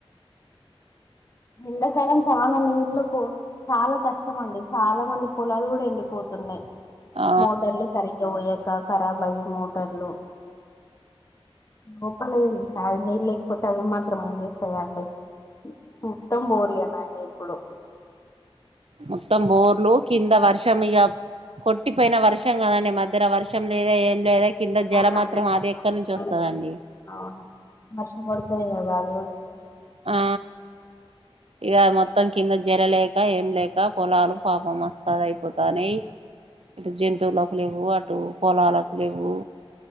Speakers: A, on the left (about 30°); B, on the right (about 75°).
A: ఎండాకాలం చాలా నీళ్ళు చాలా కష్టం అండి చాలా మంది పొలాలు కూడా ఎండిపోతున్నాయి
B: ఆ
A: మోటార్ లో సరిగ్గా పోయాక కరాబ్బయీ మోటర్లూ గోపాల నీళ్ళ లేకపోతే అవి మాత్రం ఏం జెస్తాయండి మొత్తం బోర్లేనాయి ఇప్పుడు
B: మొత్తం బోర్లు కింద వర్షం ఇక కొట్టిపోయిన వర్షం కదండి మధ్యర వర్షం లేదా ఏం లేదా
A: అవునునండి
B: కింద జల మాత్రం అది ఎక్కడి నుంచి
A: వర్షడతుర
B: వస్తదండి
A: ఇ
B: ఆ ఇక మొత్తం కింద జల లేక ఏం లేక పొలాలు పాపం మస్తద అయిపోతానే ఇటు జంతువులకు లేవ్వు అటు పొలాలకు లేవ్వు